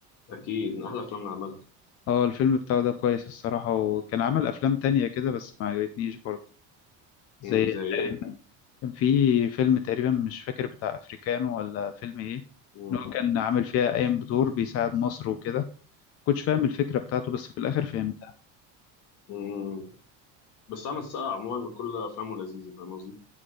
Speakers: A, on the left; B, on the left.
A: أكيد من أحلى أفلام اللي عملها
B: اه الفيلم بتاعه ده كويس الصراحه وكان عمل افلام تانية كده بس ما عجبتنيش برضه زي
A: مم، زي
B: تقريباً-
A: ايه
B: كان في فيلم تقريبا مش فاكر بتاع افريكانو ولا فيلم ايه
A: مم،
B: ان هو كان عامل فيها قايم بدور بيساعد مصر وكده كنتش فاهم الفكرة بتاعته بس في الآخر فهمتها
A: مم. بس عمل السقا عموما كل افلامه لذيذه فاهم قصدي